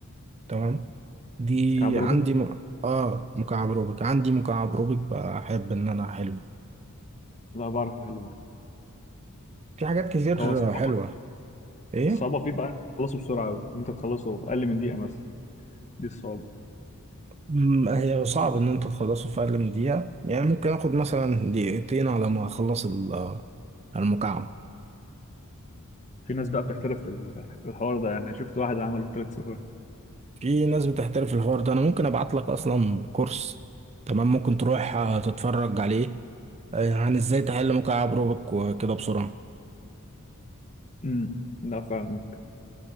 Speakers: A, on the right (about 30°); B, on the left (about 30°).
A: تمام دي
B: كعب روبوت
A: عندي م... آه مكعب روبيك عندي مكعب روبيك بحب إن أنا أحله
B: لا بعرف احل برضه
A: في حاجات كتير
B: هو الصع-
A: حلوة إيه
B: الصعوبه فيه بقى تخلصه بسرعه قوي انت تخلصه اقل من دقيقه مثلا دي الصعوبه
A: أمم، هي صعب ان انتوا تخلصوا في اقل من دقيقة يعني ممكن اخد مثلا دقيقتين على ما اخلص ال- المكعب
B: في ناس بقى بتحترف ال- الحوار ده يعني شفت واحد عمله في ثلاث ثواني
A: في ناس بتحترف الحوار ده انا ممكن ابعت لك اصلا كورس تمام ممكن تروح آه، تتفرج عليه آه، عن ازاي تحل مكعب روبك وكده بسرعة
B: امم لا فاهمك